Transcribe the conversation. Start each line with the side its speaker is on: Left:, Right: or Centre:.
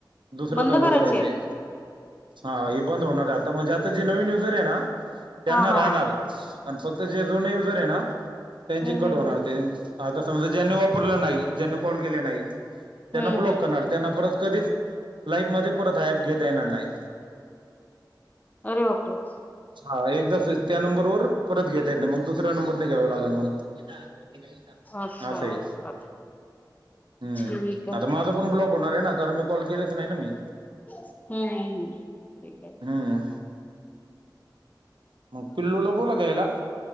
Right: दुसरं
Left: बंद
Right: चालूं
Left: करायची
Right: करायचं आहे हां हे बंद होणारं आहे आंता म्हणजे आंता जे नवीन युजर्स आहे नां त्यांना
Left: हा हा
Right: राहणांर
Left: हा
Right: आणि फक्तं जे जुने युजरे आहे नां त्यांचे
Left: हम्म
Right: ते कंट
Left: हम्म
Right: होणारं
Left: हम्म
Right: ते आंता समजां ज्यांनी वापरलं नाहीं ज्यांनी कॉल केले नाहीं त्यांना
Left: हम्म
Right: ब्लॉक
Left: हम्म
Right: करणारं
Left: हम्म
Right: त्यांना परंत कधीचं लाईफ मध्यें परंत ही ऍप घेतां येणारं नाहीं
Left: अरे बापरे
Right: हां एकदां त्यां नंबर वरं परंत घेतां येतं नाहीं मंग दुसऱ्यां नंबर नाहीं घ्यांवा लागेल मंग हं
Left: अच्छा
Right: असं हे
Left: राहते
Right: हम्मं
Left: ठीक आहे.
Right: आंता माझं पणं ब्लॉक होणारं आहे नां कारणं मी कॉल केलेचं नाहीं नां मी
Left: हम्मं हम्मं ठीक आहे
Right: हम्मं मंग पिल्लूंला बोलां घ्यायला